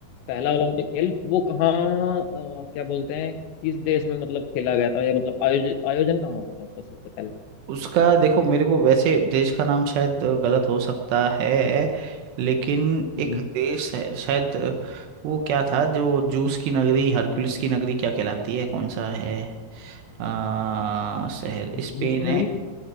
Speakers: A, on the left (about 80°); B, on the right (about 75°).
A: पहला ओलंपिक खेल वो कहाँ अ, क्या बोलते हैं किस देश में मतलब खेला गया था या मतलब आयोजन आयोजन कहाँ हुआ था उसका सबसे पहले
B: उसका देखो मेरे को वैसे देश का नाम शायद अ, गलत हो सकता है लेकिन
A: हम्म,
B: एक देश है शायद अ, वो क्या था जो जूस की नगरी हरकुलिस की नगरी क्या कहलाती है कौन सा है आ, शहर स्पेन
A: जूस की
B: है
A: नगरी